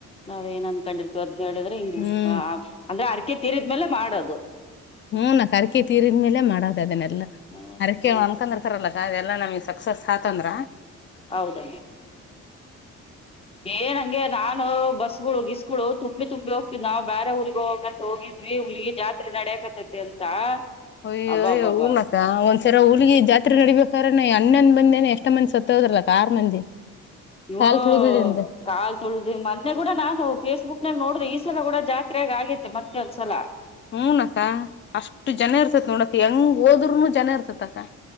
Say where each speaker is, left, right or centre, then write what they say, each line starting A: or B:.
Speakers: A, on the left (about 20°); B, on the left (about 40°).
A: ನಾವ್ ಏನ್ ಅನ್ಕೊಂಡಿರ್ತೀವಿ ಅದ್ ಹೇಳಿದ್ರೆ ಹಿಂಗ
B: ಹ್ಮ್
A: ಹ ಅಂದ್ರೆ ಅರಕೆ ತೀರಿದ್ಮೇಲೆ ಮಾಡೋದು
B: ಹ್ಮ್ ನಾಕ ಅರಕೆ ತೀರಿದ್ಮೇಲೆ ಮಾಡೋದು ಅದನ್ನಲ್ಲ
A: ಹ್ಮ
B: ಅರಕೆ ಅನ್ಕೊಂಡಿರ್ತರಲ್ಲ ಅದೆಲ್ಲ ನಮಗೆ ಸಕ್ಸಸ್ ಹಾತಂದ್ರ
A: ಹೌದ ಏನಂಗೆ ನಾನು ಬಸ್ ಗಿಸ್ಗಳು <unintelligible> ತುಂಬ ತುಂಬಿ ಹೋಗ್ತ್ ನಾವು ಬರೆ ಊರಿಗೆೋಗ ಅಂತ ಹೋಗ್ವಿಲ್ಲಿಗ ಜಾತ್ರೆ ನಡೆಯಕ ಸದ ಅಂತ <unintelligible>
B: ಅಯ್ಯಯ್ಯ
A: ಅಬ್ಬಬ್ಬಬ್ಬ
B: ಊರ್ನಕ ಒಂದ್ಸರ ಹಊಲ್ಿಗೆ ಜಾತ್ರೆ ನಡಬೇಕ್ರ <unintelligible> ಅಣ್ಣಂದ ಬಂದೇನೆ ಎಷ್ಟ್ ಮಂದಿ ಸತ್ತ ಹೋದ್ರಲ ಕಾರ್ ಮಂದಿ
A: ಹ
B: ಕಾಲ್ ತುಳ್ದದೆ ಅಂತ
A: ಕಾಲ್ ತೊಳದು ಮೊನ್ನೆ ಕೂಡ ನಾ ಫೇಸ್ಬುಕ್ ನಾಗ್ ನೋಡ್ರಿ ಈ ಸಲ ಕೂಡ ಜಾತ್ರೆೆಯಗ ಆಗತ್ತೆ ಮತ್ತೆೊಂದ್ಸಲ
B: ಹ್ಮ ನ ಅಕ್ಕ ಅಷ್ಟು ಜನ ಇರ್ತೇತಿ ನೋಡಕ ಹೆಂಗ್ ಹೋದ್ರನು ಜನ ಇರ್ತತಿ ಅಕ್ಕ